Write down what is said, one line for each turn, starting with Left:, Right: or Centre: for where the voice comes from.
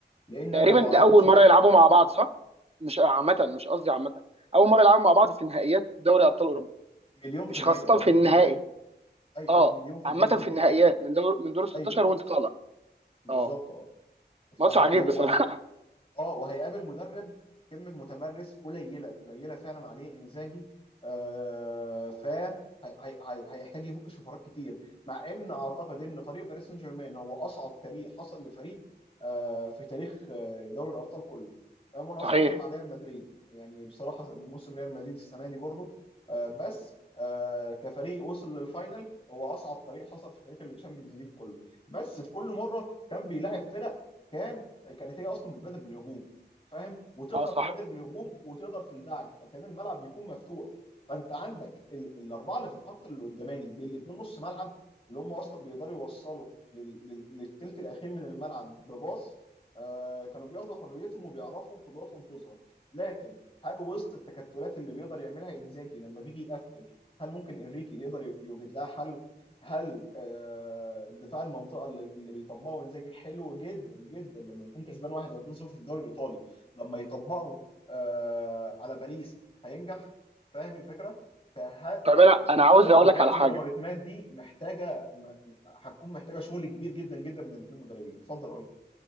Left: لأن
Right: تقريبا
Left: أنا ما
Right: ده
Left: أعتقدش
Right: اول مرة يلعبوا مع بعض صح مش عامة مش قصدي عامة اول مرة يلعبوا مع بعض في نهائيات دوري ابطال اوروبا
Left: مليون
Right: مش
Left: في المية
Right: خاصة
Left: مليون
Right: في النهائي
Left: في المية ايوه
Right: اه
Left: ايوه مليون في
Right: عامة
Left: المية
Right: في
Left: دي كده
Right: النهائيات
Left: كده
Right: من دور من دور ال 16
Left: ايوه
Right: وانت طالع
Left: بالظبط
Right: اه
Left: اه فه...
Right: ماتش عجيب
Left: لا،
Right: بصراحة
Left: وهي... اه وهيقابل مدرب كلمة متمرس قليلة قليلة فعلا عليه انزاجي آه ف هي- هي- هي- هيحتاج يفك شفرات كتير مع ان اعتقد ان طريق باريس سان جيرمان هو اصعب طريق حصل لفريق آه في تاريخ آه، دوري الابطال كله آه، مناصفة
Right: <laughs> صحيح
Left: مع ريال مدريد يعني بصراحة موسم ريال مدريد السنة دي برضو آه بس آه كفريق وصل للفاينل هو اصعب طريق حصل في تاريخ التشامبيونز ليج كله بس في كل مرة كان بيلاعب فرق كان كانت هي اصلا بتبادر بالهجوم فاهم وتقدر
Right: اه صح
Left: تبادر بالهجوم وتقدر تلدعك فكان الملعب بيكون مفتوح فانت عندك ال... الاربعه اللي في الخط اللي قداماني بالاثنين نص ملعب اللي هم اصلا بيقدروا يوصلوا لل... لل... للتلت الاخير من الملعب بباص آه كانوا بياخدوا حريتهم وبيعرفوا قدراتهم تظهر لكن هل وسط التكتلات اللي بيقدر يعملها انزاجي لما بيجي يقفل هل ممكن انريكي يقدر يوجد لها حل هل آه، دفاع المنطقه اللي اللي بيطبقه انزاجي حلو جدا جدا لما بيكون كسبان واحد او 2-0 في الدوري الايطالي لما يطبقه آه، على باريس هينجح فاهم الفكره؟ فكل
Right: طب انا انا عاوز
Left: الالغاز
Right: اقول لك على حاجة
Left: واللوغاريتمات دي محتاجه م- هتكون محتاجه شغل كبير جدا جدا من الاثنين مدربين اتفضل قول